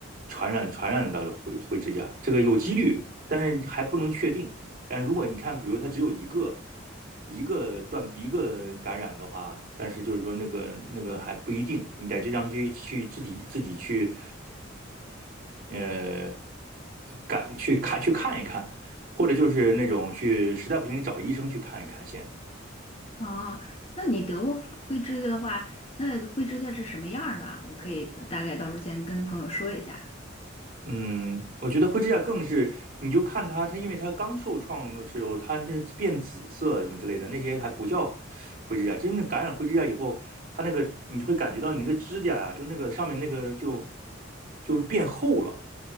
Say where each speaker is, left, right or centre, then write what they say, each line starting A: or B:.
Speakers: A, on the right (about 45°); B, on the left (about 30°).
A: 传染传染到了灰灰指甲，这个有几率，但是还不能确定。但如果你看，比如它只有一个。一个断一个感染的话，但是就是说那个那个还不一定，你得去让他去去自己自己去呃感去看一看，或者就是那种去实在不行找医生去看一看先。
B: 哦，那你得过灰指甲的话，那灰指甲是什么样儿的？我可以大概到时候先跟朋友说一下。
A: 嗯，我觉得灰指甲更是，你就看它，它因为它刚受创的时候，它那变紫色什么之类的，那些还不叫灰指甲。真正感染灰指甲以后，它那个你会感觉到你那个指甲呀、就那个上面那个就就变厚了。